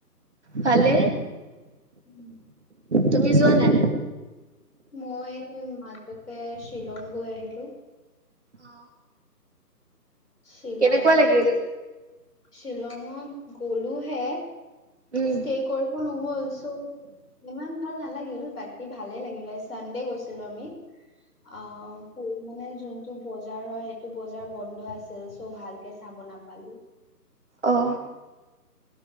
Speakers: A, on the right (about 45°); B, on the left (about 65°).
A: ভালে
B: উম
A: তুমি যোৱা নাই?
B: মই মাজতে শ্বিলং গৈ আহিলো।
A: অ',
B: শ্বিলং,
A: কেনেকুৱা লাগিল?
B: শ্বিলঙত গলো হে
A: উম
B: ষ্টে কৰিব নহ'ল চ' ইমান ভাল নালাগিল, বাকি ভালে লাগিলে। চানডে গৈছিলো আমি অ মানে যোনটো বজাৰ হয় টো, বজাৰ বন্ধ আছিল, চ' ভালকে চাব নাপালোঁ।
A: অ'।